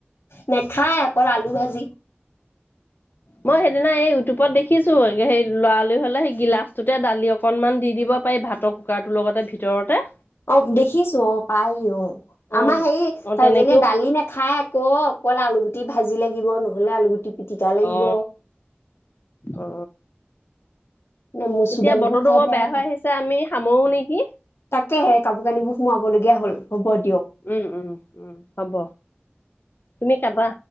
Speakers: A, on the left; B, on the left.
A: নেখায় অকল আলু ভাজি
B: মই সেইদিনা এই ইউটিউবত দেখিছোঁ, সেই ল'ৰালৰি হ'লে সেই গিলাচটোতে দালি অকণমান দি দিব পাৰি ভাতৰ কুকাৰটোৰ লগতে ভিতৰতে।
A: অ দেখিছো, অ পায় অ, আমাৰ
B: অ অ
A: সেইজনীয়ে
B: তেনেকেও
A: দালি নেখায় আকৌ কল আলু গুট টি ভা জি লাগিব, নহলে আলুগুটি পিটিকা লাগিব।
B: অ অ
A: ন মচুৰ
B: এতিয়া
A: দালিবোৰ
B: বতৰটো
A: খাই
B: বৰ
A: বেয়া
B: হৈ
A: পায়,
B: আহিছে আমি সামৰো নেকি
A: তাকেহে কাপোৰ কানিবোৰ সোমাবলগীয়া হ'ল। হ'ব দিয়ক
B: উম উম উম হব, তুমি খাবা?